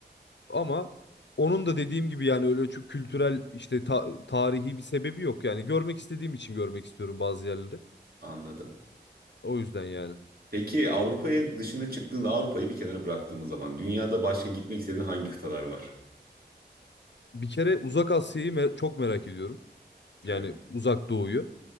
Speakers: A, on the left; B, on the right.
A: Ama onun da dediğim gibi yani öyle çok kültürel işte ta- tarihi bir sebebi yok yani görmek istediğim için görmek istiyorum bazı yerleri.
B: anladım.
A: O yüzden yani.
B: Peki Avrupa'ya dışına çıktığında Avrupa'yı bir kenara bıraktığımız zaman dünyada başka gitmek istediğin hangi kıtalar var?
A: bir kere Uzak Asya'yı me- çok merak ediyorum. Yani
B: Evet.
A: Uzak Doğu'yu.